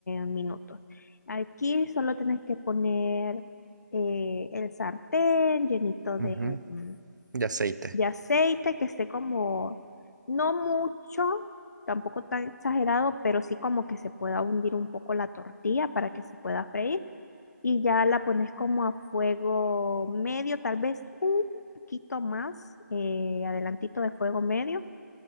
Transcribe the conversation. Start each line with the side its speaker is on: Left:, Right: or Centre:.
Left: minutos. Aquí solo tienes que poner eh, el sartén llenito de,
Right: Ujú,
Left: mm,
Right: De aceite.
Left: de aceite que esté como, no mucho, tampoco tan exagerado, pero sí como que se pueda hundir un poco la tortilla para que se pueda freír. Y ya la pones como a fuego medio, tal vez un poquito más, eh, adelantito de fuego medio.